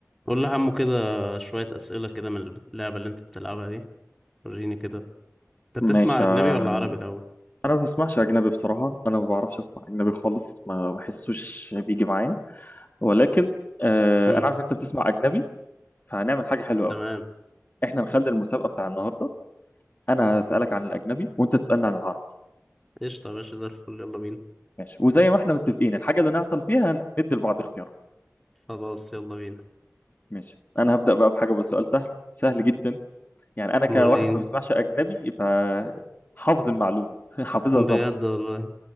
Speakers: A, in the centre; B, on the left.
A: قول لي همه كده شوية أسئلة كده من اللعبة اللي أنت بتلعبها دي وريني كده أنت بتسمع
B: ماشي
A: أجنبي
B: آه،
A: ولا عربي الأول؟
B: انا ما بسمعش اجنبي بصراحه انا ما بعرفش اسمع اجنبي خالص ما بحسوش بيجي معايا ولكن آه،
A: امم
B: انا عارف انت بتسمع اجنبي فهنعمل حاجه حلوه
A: تمام
B: قوي احنا نخلي المسابقه بتاع النهارده انا هسالك عن الاجنبي وانت تسالني عن العربي
A: قشطة يا باشا زي الفل يلا بينا
B: ماشي وزي ما احنا متفقين الحاجه اللي نعطل فيها ندي لبعض اختيارات
A: خلاص يلا بينا
B: ماشي انا هبدا بقى بحاجه بسؤال سهل سهل جدا يعني انا كواحد
A: وريني
B: ما بسمعش اجنبي فحافظ المعلومه <laughs> حافظها
A: بجد
B: ظبط
A: والله